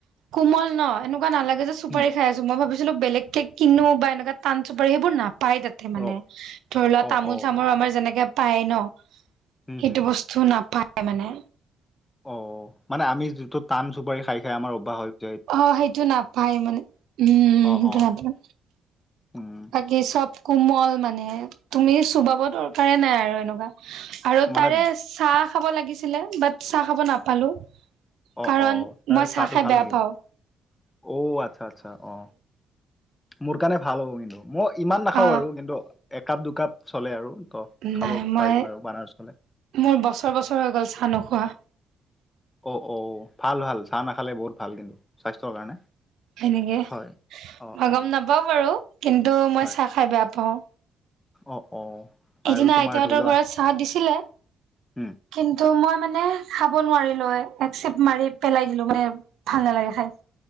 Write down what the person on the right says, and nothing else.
কোমল ন'? এনে এনেকুৱা নালাগে যে, চুপাৰী
খাই আছোঁ। মই ভাবিছিলোঁ! বেলেগ কে কিনো বা এনেকুৱা, টান চুপাৰী, সেইবোৰ নাপায়, তাত।
মানে, ধৰি লোৱা,
তামোল-
চামোল আমাৰ যেনেকে পায়, ন'।
সেইটো
বস্তু নাপায়, মানে।
অ'! সেইটো নাপায়, মানে। উম!
সেইটো
নাপায়।
বাকী, চব কোমল মানে, তুমি চোবাব দৰকাৰে নাই আৰু এনেকুৱা। আৰু
তাৰে, চাহ খাব লাগিছিলে। বাত চাহ খাব নাপালোঁ।
কাৰণ,
মই
চাহ খাই
বেয়া
পাওঁ।
অ
নাই মই
মোৰ, বছৰ-বছৰ হৈ গ'ল, চাহ নোখোৱা।
এনেকে,
মই
গম নাপাওঁ বাৰু। কিন্তু, মই
চাহ খাই বেয়া পাওঁ।
এদিনা,
আইতাহঁতৰ
ঘৰত চাহ দিছিলে।
কিন্তু, মই মানে, খাব নোৱাৰিলোঁ। এক চিপ মাৰি, পেলাই দিলোঁ। মানে, ভাল নালাগে খাই।